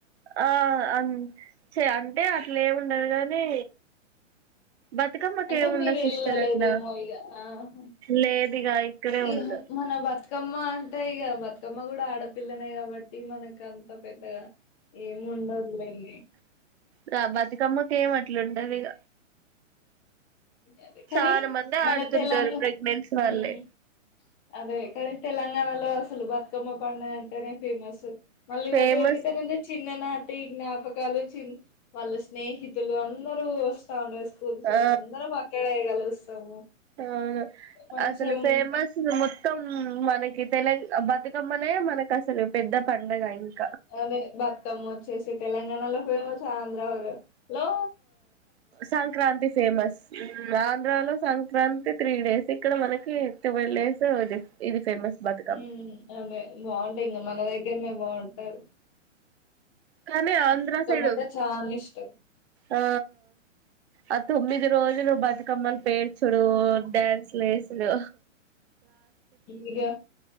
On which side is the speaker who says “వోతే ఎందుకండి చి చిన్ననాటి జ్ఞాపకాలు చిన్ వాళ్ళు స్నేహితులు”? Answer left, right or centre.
Left